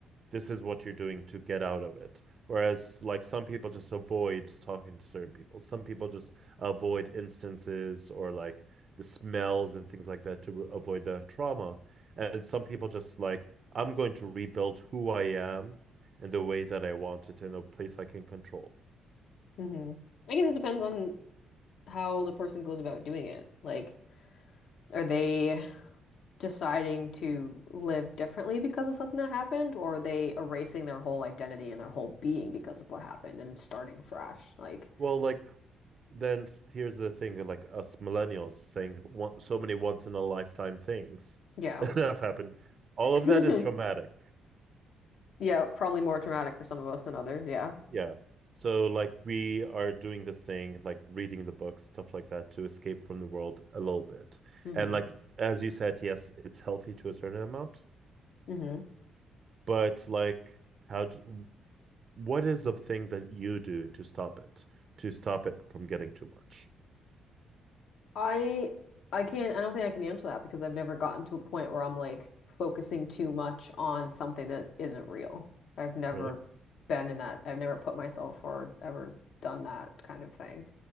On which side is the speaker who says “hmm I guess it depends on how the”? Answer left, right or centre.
Left